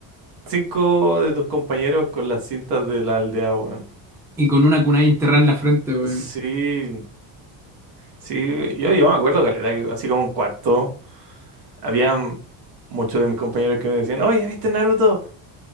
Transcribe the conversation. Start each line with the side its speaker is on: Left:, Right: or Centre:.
Right: cinco de tus compañeros con las cintas de la aldea, weón.
Centre: Y con una kunai enterrada en la frente, weón.
Right: Sí, sí, yo, yo me acuerdo caleta, que así como en cuarto. Había muchos de mis compañeros que me decían, oye, ¿viste Naruto?